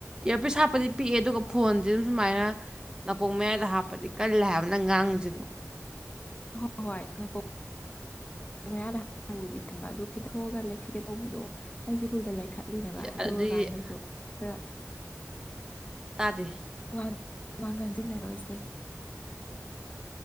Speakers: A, on the right; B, on the left.
A: ꯏꯌꯥꯔꯄꯤꯁ ꯍꯥꯞꯄꯗꯤ ꯄꯤꯛꯑꯦ ꯑꯗꯨꯒ ꯐꯣꯟꯁꯦ ꯑꯗꯨꯝ ꯁꯨꯃꯥꯏꯅ ꯅꯥꯀꯣꯡ ꯃꯌꯥꯏꯗ ꯍꯥꯞꯄꯗꯤ ꯀꯜꯂꯦ ꯍꯥꯏꯕ ꯅꯪ ꯉꯥꯡꯉꯤꯖꯦ ꯑꯗꯨꯝ
B: ꯍꯣꯏ ꯍꯣꯏ ꯅꯥꯀꯣꯛ ꯃꯌꯥꯗꯗꯤ ꯈꯟꯕ ꯑꯗꯨ ꯈꯤꯊꯣꯛꯑꯒ ꯂꯩꯈꯠꯀꯦ ꯇꯧꯕꯗꯣ ꯑꯩꯖꯦ ꯃꯨꯜꯗꫭ ꯈꯠꯂꯤꯅꯦꯕ ꯑꯗꯨ
A: ꯑꯗꯨꯗꯤ
B: ꯑꯣꯏꯔꯀꯥꯟꯗꯁꯨ ꯈꯔ
A: ꯇꯥꯗꯦ
B: ꯋꯥ ꯋꯥ ꯉꯥꯡꯖꯟꯅꯔꯣꯏꯁꯦ